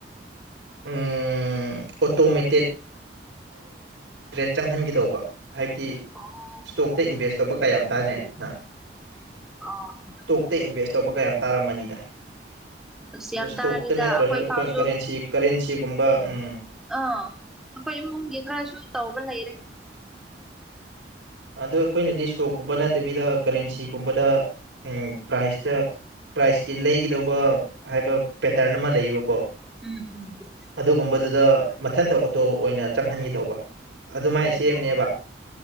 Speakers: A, on the right (about 90°); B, in the centre.
A: ꯎꯝ ꯫ ꯑꯣꯇꯣꯃꯦꯇꯦꯠ ꯇ꯭ꯔꯦꯠ ꯆꯪꯍꯟꯒꯦ ꯇꯧꯕ ꯍꯥꯏꯕꯗꯤ
B: ꯑꯣ
A: ꯏꯁ꯭ꯇꯣꯛꯇ ꯏꯟꯚꯦꯁ꯭ꯠ ꯇꯧꯕ ꯀꯌꯥꯝ ꯇꯥꯏꯅꯦ ꯍꯥ
B: ꯑꯣ ꯎꯝ
A: ꯇ ꯏꯟꯚꯦꯁ꯭ꯠ ꯇꯧꯕꯒꯥ ꯌꯥꯝ ꯇꯥꯔꯝꯃꯅꯤꯗ
B: ꯑꯁ
A: ꯑꯗꫭ
B: ꯌꯥꯝ
A: ꯏꯁ꯭ꯇꯣꯛꯇ
B: ꯇꯥꯔꯦꯗ
A: ꯅꯠꯇ꯭ꯔꯁꯨ
B: ꯑꯩꯈꯣꯏ ꯐꯥꯎꯁꯨ
A: ‌ꯈꫭꯏ ꯀꯔꯦꯟꯁꯤ ꯀꯔꯦꯟꯁꯤꯒꯨꯝꯕ ꯎꯝ
B: ꯑꯥ ꯑꯩꯈꯣꯏ ꯏꯃꯨꯡꯒꯤ ꯈꯔꯁꯨ ꯇꯧꯕ ꯂꯩꯔꯦ꯫
A: ꯑꯗꯣ ꯑꯩꯈꯣꯏꯅꯗꯤ ꯏꯁ꯭ꯇꯣꯛꯀꯨꯝꯕ ꯅꯠꯇꯕꯤꯗ ꯀꯔꯦꯟꯁꯤꯒꯨꯝꯕꯗ ꯎꯝ ꯄ꯭ꯔꯥꯏꯖꯇ ꯄ꯭ꯔꯥꯏꯖꯀꯤ ꯂꯩꯒꯗꯧꯕ ꯍꯥꯏꯕ ꯄꯦꯇꯔꯟ ꯑꯃ ꯂꯩꯌꯦꯕꯀꯣ꯫
B: ꯎꯝ ꯎꯝ
A: ꯑꯗꯨꯒꯨꯝꯕꯗꯨꯗ ꯃꯊꯟꯇ ꯑꯣꯇꯣ ꯑꯣꯏꯅ ꯆꯪꯍꯟꯒꯦ ꯇꯧꯕ ꯑꯗꯨꯃꯥꯏ
B: ꯑꯣ
A: ꯁꯦꯝꯅꯦꯕ꯫
B: ꯑꯣ